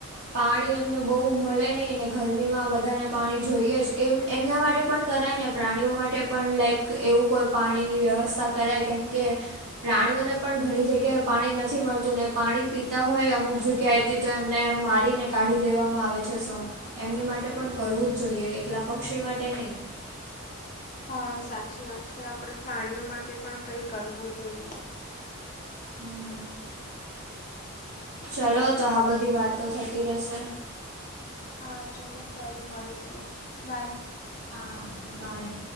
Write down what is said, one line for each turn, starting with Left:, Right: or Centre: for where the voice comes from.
Right: પાણી અમને બહુ મલે નહીં ને ગરમીમાં બધાને પાણી જોઈએ જ એમ એમના માટે પણ કરાય ને પ્રાણીઓ માટે પણ લાઈક એવું કોઈ પાણીની વ્યવસ્થા કરાય કેમ કે પ્રાણીઓને પણ ઘણી જગ્યાએ પાણી નથી મળતું ને પાણી પીતા હોય અમુક જગ્યાએ થી તો એમને મારીને કાઢી દેવામાં આવે છે શું એમની માટે પણ કરવું જ જોઈએ એકલા પક્ષી માટે નહીં
Left: હા સાચી વાત છે આપણેે પ્રાણીઓ માટે પણ કઈ કરવું જોઈએ.
Right: <unintelligible> ચલો તો આ બધી વાત તો થતી રહેશે.
Left: હા ચલો ફરી મળીશું બાય
Right: હા બાય